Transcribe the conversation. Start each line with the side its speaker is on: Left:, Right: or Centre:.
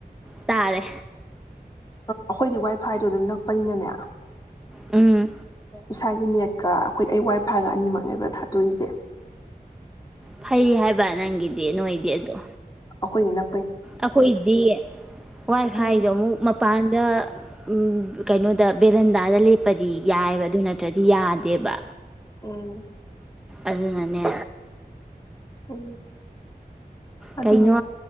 Centre: ꯇꯥꯔꯦ
Left: ꯑꯩꯈꯣꯏꯗꯤ ꯋꯥꯏ ꯐꯥꯏꯗꯣ ꯑꯗꯨꯝ ꯅꯛꯄꯅꯤꯅꯅꯦ ꯑꯣ
Centre: ꯎꯝ
Left: ꯏꯁꯥꯏ ꯅꯦꯠꯀ ꯑꯩꯈꯣꯏ ꯑꯩ ꯋꯥꯏ ꯐꯥꯏꯒ ꯑꯅꯤꯃꯛꯅꯦꯕ ꯊꯥꯇꯣꯛꯏꯖꯦ
Centre: ꯐꯩ ꯍꯥꯏꯕ ꯅꯪꯒꯤꯗꯤ ꯅꯣꯏꯗꯤ ꯑꯗꯣ
Left: ꯑꯩꯈꯣꯏꯅꯤꯅ
Centre: ꯑꯩꯈꯣꯏꯗꯤ ꯋꯥꯏ ꯐꯥꯏꯗꯣ
Left: ꯎꯝ
Centre: ꯑꯃꯨꯛ ꯃꯄꯥꯟꯗ ꯑꯝ ꯀꯩꯅꯣꯗ ꯕꯦꯔꯟ ꯗꯥꯗ ꯂꯦꯞꯄꯗꯤ ꯌꯥꯏꯌꯦꯕ ꯑꯗꯨ ꯅꯠ ꯇ꯭ꯔꯗꯤ ꯌꯥꯗꯦꯕ
Left: ꯎꯝ
Centre: ꯑꯗꯨꯅꯅꯦ
Left: ꯎꯝ ꯑꯗꯨꯅꯦ
Centre: ꯀꯩꯩꯅꯣ